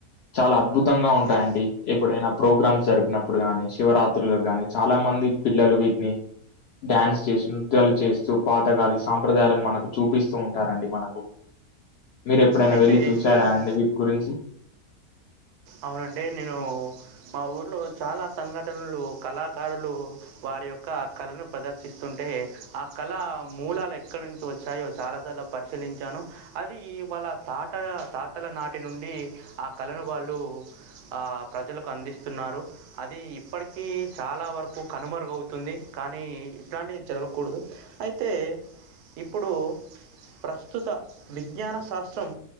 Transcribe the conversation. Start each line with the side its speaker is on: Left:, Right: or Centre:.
Left: చాలా అద్భుతంగా ఉంటాయిడి
Right: అయి
Left: ఎప్పుడైనా ప్రోగ్రామ్స్ జరిపినప్పుడు గాని శివరాత్రులు గానీ చాలా మంది పిల్లలు వీటిని డ్యాన్స్ చేస్త నృత్యాలు చేస్తూ పాతగాలి సాంప్రదాయాలను మనకు చూపిస్తూ ఉంటారండి మనకు మీరు ఎప్పుడైనా
Right: అయితే
Left: వెళ్ళి చూసారా
Right: ఈ
Left: అండి వీటి గురించి
Right: అవునండి నేను మా ఊర్లో చాలా సంఘటనలు కళాకారులు వారి యొక్క కళను ప్రదర్శిస్తుంటే ఆ కళ మూలాలు ఎక్కడ నుంచి వచ్చాయో చాలా సరాలు పరిశీలించాను అది వాళ్ళ తాతల తాతల నాటి నుండి ఆ కళలను వాళ్ళు ఆ ప్రజలకు అందిస్తున్నారు అది ఇప్పటికీ చాలా వరకు కనుమరుగవుతుంది కానీ ఇట్లాంటి జరగకూడదు అయితే ఇప్పుడు ప్రస్తుత విజ్ఞాన శాస్త్రం